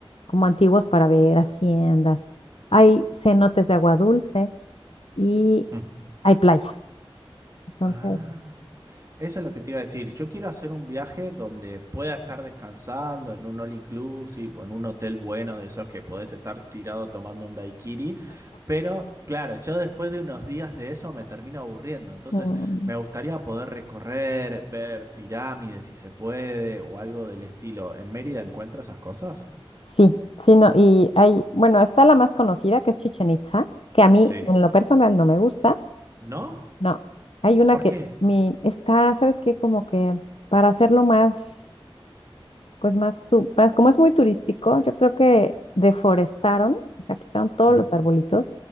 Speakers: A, on the left (about 75°); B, on the right (about 35°).
A: como antiguos para ver haciendas. Hay cenotes de agua dulce y
B: Mm.
A: hay playa. Entonces,
B: Ah, eso es lo que te iba a decir. Yo quiero hacer un viaje donde pueda estar descansando en un all inclusive o en un hotel bueno de esos que podés estar tirado tomando un daiquiri. Pero claro, yo después de unos días de eso me termino aburriendo. Entonces
A: mm,
B: me gustaría poder recorrer, ver pirámides si se puede o algo del estilo. ¿En Mérida encuentro esas cosas?
A: sí, sí, no. Y hay, bueno, está la más conocida que es Chichen Itza, que a mí
B: Sí.
A: en lo personal no me gusta.
B: ¿No?
A: No, hay una
B: ¿Por
A: que
B: qué?
A: mi, está, ¿sabes qué? Como que para hacerlo más, pues más, tu- más- como es muy turístico, yo creo que deforestaron, o sea, quitaron todos
B: Sí.
A: los arbolitos